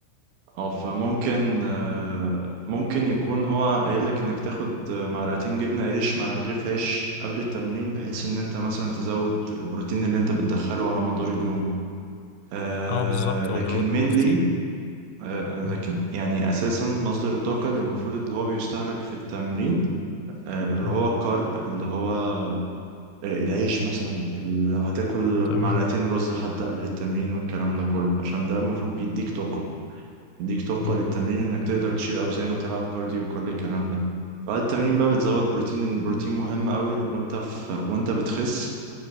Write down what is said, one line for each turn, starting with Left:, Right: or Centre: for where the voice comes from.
Right: اه فممكن آه، ممكن يكون هو قايل لك انك تاخد معلقتين جبنه قريش مع رغيف عيش قبل التمرين بحيث ان انت مثلا تزود البروتين اللي انت بتدخله على مدار اليوم آه
Left: اه بالظبط
Right: لكن
Left: هو مزود البروتين
Right: mainly آه
Left: مم.
Right: لكن يعني أساسا مصدر الطاقة اللي المفروض اللي هو بيستهلك في التمرين آه اللي
Left: مم.
Right: هو الكارب اللي هو آه العيش مثلا اللي لو هتاكل
Left: تمام
Right: معلقتين رز حتى قبل التمرين والكلام ده كله عشان ده المفروض بيديك طاقة بيديك طاقة
Left: مم.
Right: للتمرين إنك تقدر تشيل أوزان وتلعب كارديو وكل الكلام ده بعد التمرين بقى بتزود بروتين لأن البروتين مهم قوي وأنت في وأنت بتخس